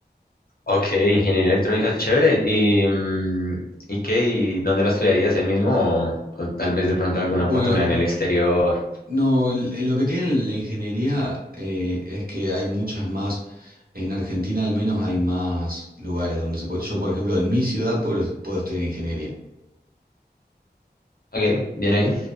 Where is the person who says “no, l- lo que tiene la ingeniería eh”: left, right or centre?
Right